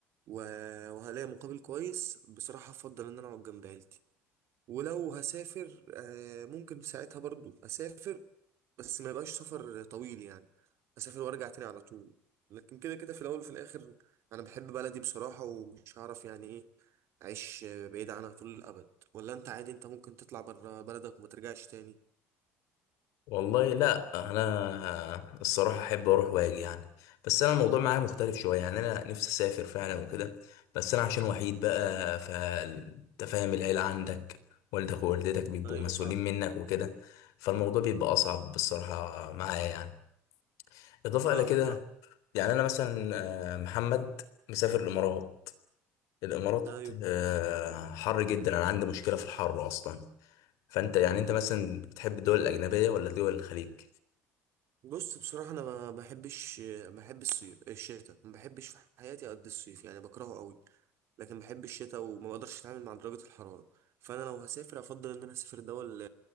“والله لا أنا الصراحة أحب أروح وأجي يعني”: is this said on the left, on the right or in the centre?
Left